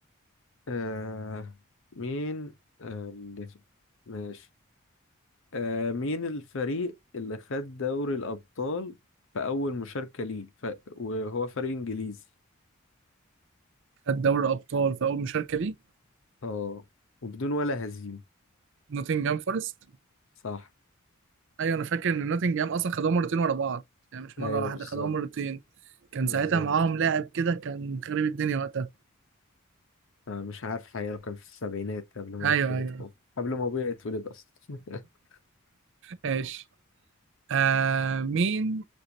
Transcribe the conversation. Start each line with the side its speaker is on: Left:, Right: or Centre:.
Left: آه مين آه اللي في... ماشي آه مين الفريق اللي خد دوري الأبطال في أول مشاركة ليه ف... وهو فريق إنجليزي
Right: خد دوري أبطال في أول مشاركة ليه
Left: اه وبدون ولا هزيمة
Right: نوتنجهام فورست
Left: صح
Right: ايوه انا فاكر ان نوتنجهام اصلا خدوها مرتين ورا بعض يعني مش مره
Left: أيوه
Right: واحده
Left: بالظبط
Right: خدوها مرتين كان
Left: بالظبط
Right: ساعتها معاهم لاعب كده كان خريب الدنيا وقتها
Left: آه مش عارف الحقيقة كان في السبعينات قبل ما
Right: ايوه
Left: أنا أتولد
Right: ايوه
Left: خالص قبل ما أبويا يتولد أصلا <laughs>
Right: ماشي آه مين